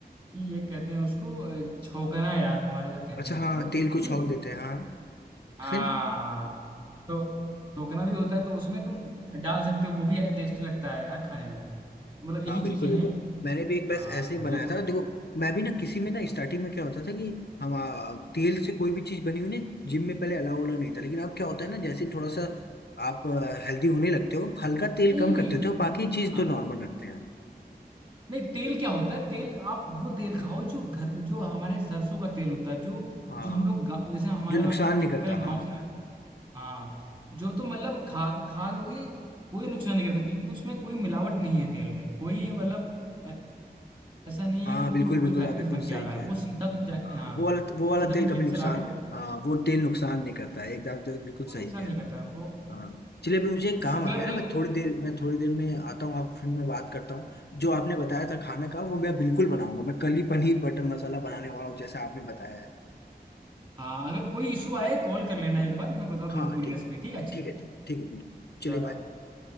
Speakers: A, on the right; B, on the left.
A: कि ये कहते हैं उसको अ, छौंकना यार हमारे उधर कहते
B: अच्छा
A: हैं
B: हाँ
A: उसको
B: तेल को
A: ठीक
B: छोंक देते हैं हाँ
A: हाँ
B: फिर
A: तो छौंकना भी होता है तो उसमें तुम डाल सकते हो वो भी टेस्टी लगता है यार खाने में मतलब
B: हाँ
A: यही
B: बिल्कुल
A: चीजें
B: बिल्कुल
A: हैं
B: मैंने भी एक बैच
A: हाँ
B: ऐसे ही बनाया
A: जो तुम
B: था देखो मैं भी ना किसी में ना
A: हाँ,
B: स्टार्टिंग में क्या होता था कि हम आ, तेल से कोई भी चीज बनी हुई ना जिम में पहले अलाउ वाला नहीं था लेकिन अब क्या होता है ना जैसे थोड़ा
A: हाँ।
B: सा आप हेल्दी होने लगते हो हल्का तेल
A: नहीं
B: कम कर देते हो बाकी चीज
A: हाँ,
B: तो नॉर्मल रखते हैं
A: नहीं तेल क्या होता है तेल आप वो तेल खाओ जो घर जो हमारे सरसों का तेल होता है जो
B: हाँ
A: जो हम लोग गाँव जैसे हमारे
B: जो नुकसान
A: वहाँ क्या
B: नहीं
A: टिपिकल
B: करता हाँ
A: गांव
B: हाँ
A: से आता है। हाँ जो तो मतलब खा खा लोगे कोई नुकसान नहीं करता क्योंकि उसमें कोई मिलावट नहीं है तेल में कोई मतलब ऐ- ऐसा नहीं
B: हाँ
A: है कि वो
B: बिल्कुल
A: कोई
B: बिल्कुल
A: फैक्ट्री
B: आप एकदम
A: से बन
B: सही
A: के आ रहा
B: कह
A: है वो
B: रहे
A: सीधा
B: हो
A: तुम जाके
B: हाँ
A: हाँ
B: वो वाला वो वाला
A: सीधा
B: तेल
A: तुम खेत
B: कभी नुकसान
A: से ला रहे हो
B: हाँ वो तेल नुकसान नहीं करता है एकदम तो बिल्कुल सही
A: वो नुकसान
B: कह
A: नहीं
B: रहे
A: करता वो
B: हो हाँ चलिए अभी मुझे एक काम
A: शुगर
B: आ गया
A: ले
B: ना मैं
A: लो
B: थोड़ी देर मैं थोड़ी देर में आता हूँ आपको फिर मैं बात करता हूँ जो आपने बताया था खाना का वो मैं बिल्कुल बनाऊंगा मैं कल ही पनीर बटर मसाला बनाने वाला हूँ जैसा आपने बताया है
A: हाँ अगर कोई इशू
B: हाँ
A: आए कॉल कर लेना एक बार मैं बता दूंगा
B: हाँ,
A: पूरी
B: ठीक
A: रेसिपी
B: है
A: ठीक है अच्छा
B: ठीक है ठीक ठीक है बिल्कुल चलिए
A: चलो
B: बाय